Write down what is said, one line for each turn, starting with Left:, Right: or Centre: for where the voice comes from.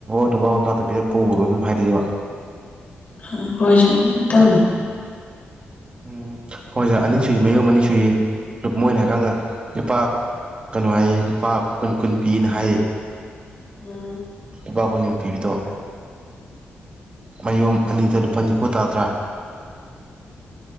Right: ꯅꯨꯄꯥꯟ ꯊ꯭ꯔꯥꯄꯤꯗ ꯄꯨꯒ꯭ꯔꯣ ꯑꯗꯨ ꯍꯥꯏꯔꯤꯗꯤꯕ
Left: ꯍꯋꯥꯏꯖ꯭ꯔ ꯑꯃꯇꯪ
Right: ꯎꯝ ꯍꯋꯥꯏꯖꯥꯔ ꯑꯅꯤ ꯃꯌꯣꯝ ꯑꯅꯤ ꯁꯨꯏꯌꯦ ꯃꯣꯏꯅ ꯍꯥꯏꯀꯥꯟꯗ ꯂꯨꯄꯥ ꯀꯩꯅꯣ ꯍꯥꯏꯌꯦ ꯂꯨꯄꯥ ꯀꯨꯟ ꯀꯨꯟ ꯄꯤꯅ ꯍꯥꯏꯌꯦ
Left: ꯎꯝ
Right: ꯂꯨꯄꯥ ꯀꯨꯨꯝ ꯄꯤꯕꯗꯣ ꯃꯌꯣꯝ ꯑꯅꯤꯗ ꯂꯨꯄꯥ ꯅꯤꯐꯨ ꯇꯥꯗ꯭ꯔꯥ